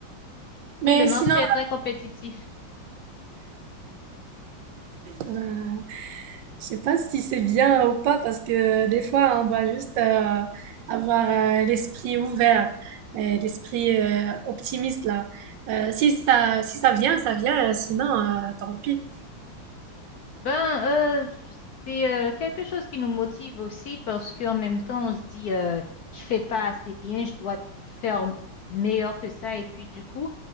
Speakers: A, on the right; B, on the left.
A: Mais
B: Oui, le marché
A: sinon,
B: est très compétitif.
A: ben, je sais pas si c'est bien ou pas parce que des fois, on doit juste euh, avoir euh, l'esprit ouvert, et l'esprit euh, optimiste là. Euh, si ça, si ça vient, ça vient, euh, sinon, euh, tant pis.
B: Ben, euh, c'est euh, quelque chose qui nous motive aussi parce qu'en même temps, on se dit, euh, je fais pas assez bien, je dois faire meilleur que ça. Et puis, du coup,